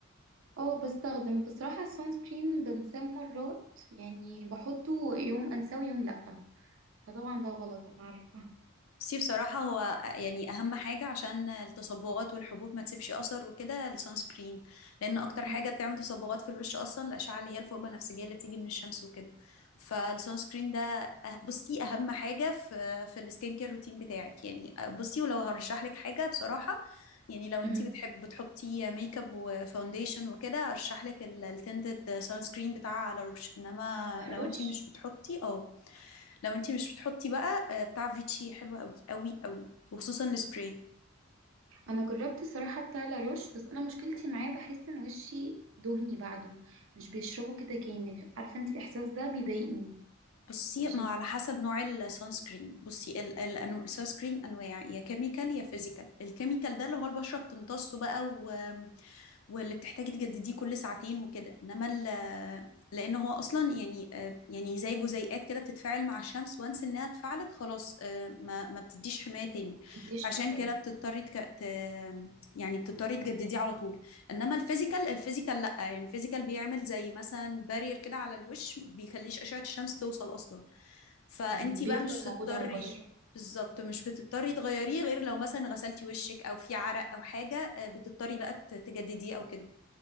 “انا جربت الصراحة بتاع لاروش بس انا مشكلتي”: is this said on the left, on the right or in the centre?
Right